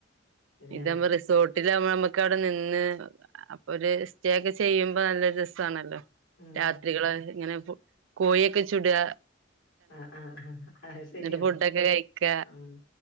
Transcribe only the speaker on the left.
ശരിയാണ്
ഉം
ആഹ് ആഹ് ആഹ് അത് സരിയാണ്
ഉം